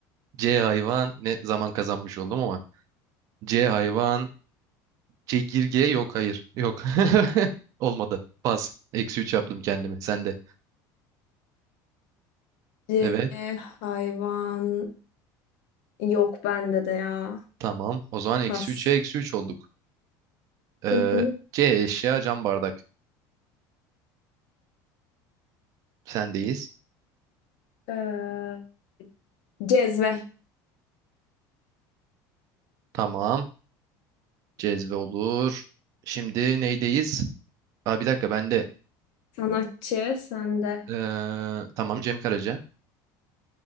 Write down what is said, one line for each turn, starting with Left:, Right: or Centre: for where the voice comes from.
Right: C hayvan. Ne zaman kazanmış oldum ama. C hayvan. Çekirge yok hayır. Yok. <laughs> Olmadı. Pas. Eksi 3 yaptım kendimi. Sen de.
Left: Ee,
Right: Evet.
Left: hayvan yok bende de ya.
Right: Tamam. O zaman eksi
Left: Pas.
Right: 3'e eksi 3 olduk. Ee,
Left: Hı hı.
Right: C eşya cam bardak. Sendeyiz.
Left: Ee, cezve.
Right: Tamam. Cezve olur. Şimdi neydeyiz? Aa, bir dakika ben de.
Left: Sanatçı sende.
Right: Ee, tamam Cem Karaca.